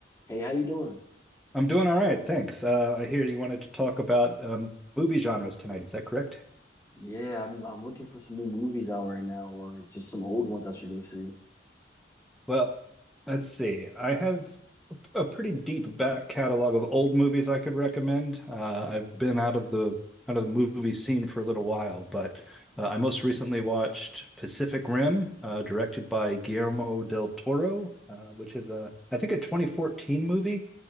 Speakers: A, on the left; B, in the centre.
A: Hey, how you doing?
B: I'm doing all right, thanks. Uh, I hear you wanted to talk about um, movie genres tonight. Is that correct?
A: Yeah, I'm I'm looking for some new movies out right now or just some old ones I should go see.
B: Well, let's see. I have a pretty deep back catalog of old movies I could recommend. Uh, I've been out of the out of the movie scene for a little while, but uh, I most recently watched Pacific Rim, uh, directed by Guillermo del Toro, uh, which is a I think a 2014 movie.